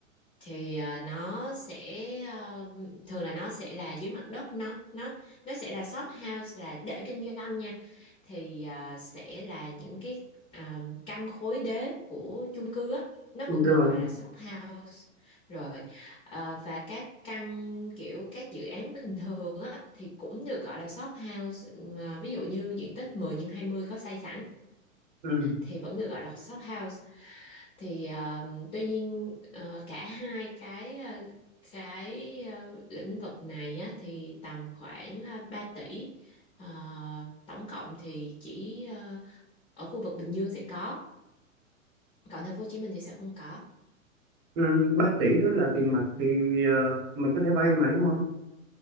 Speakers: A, on the left; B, on the right.
A: thì à, nó sẽ à, thường là nó sẽ là dưới mặt đất nó nó nó sẽ là shop house là để kinh doanh nha thì à, sẽ là những cái à, căn khối đế của chung cư á nó
B: đúng
A: cũng
B: rồi
A: được gọi là shop house rồi à, và các căn kiểu các dự án bình thường á thì cũng được gọi là shop house Mà ví dụ như diện tích 10 nhân 20 có xây sẵn
B: ừ.
A: thì vẫn được gọi là shop house thì ờ, tuy nhiên ờ, cả hai cái ờ, cái ờ, lĩnh vực này á, thì tầm khoảng ờ, 3 tỷ Ờ, tổng cộng thì chỉ ờ, ở khu vực Bình Dương sẽ có còn thành phố Hồ Chí Minh thì sẽ không có
B: ừ 3 tỷ đó là tiền mặt thì ờ, mình có thể vay mà đúng không